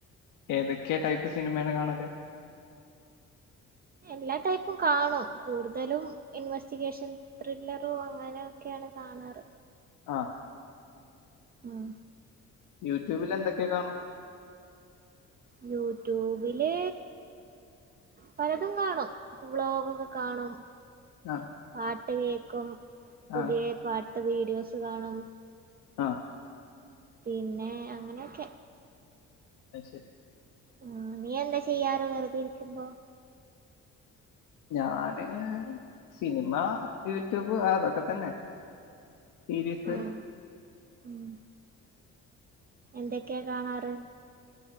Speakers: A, on the left (about 80°); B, on the right (about 30°).
A: ഏതൊക്ക്യാ ടൈപ്പ് സിനിമേണ് കാണല്
B: എല്ലാ ടൈപ്പും കാണും കൂടുതലും ഇൻവെസ്റ്റിഗേഷൻ ത്രില്ലറും അങ്ങനെയൊക്കെയാണ് കാണാറ്
A: ആഹ പ
B: ഉം
A: യൂട്യൂബിൽ എന്തൊക്കെ കാണും
B: യൂട്യൂബിലെ പലതും കാണും. വ്ലോഗൊക്കെ കാണും
A: ആ
B: ആഹ് ആട്ട് ട്ട് കേൾക്കും പുതിയ
A: ആ
B: പാട്ട് വീഡിയോസ് കാണും.
A: ആഹ്
B: പിന്നെ അങ്ങനെയൊക്കെ.
A: അത് ശരി.
B: ആഹ് നീ എന്താ ചെയ്യാറ് വെറുതെയിരിക്കുമ്പോ?
A: ഞാന് സിനിമ, യൂട്യൂബ് അതൊക്കെ തന്നെ. സീരീസ്
B: ഉം ഉം എന്തൊക്കെയാ കാണാറ്?